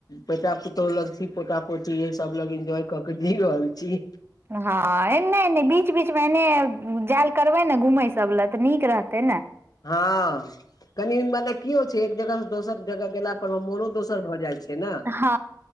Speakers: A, on the left; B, on the right.
A: बेटा पुतौह लग छी पोता पोती सब लग इन्जॉय क के जी रहल छी
B: हँ ए नहि नहि बीच बीच पाँच महिने जाय ल करबै ने घूमै सब लए तऽ नीक रहतै ने
A: हँ कनि मने की हो छै एक जगह से दोसर जगह गेला पर मे मोनो दोसर भऽ जाइ छै ने
B: हँ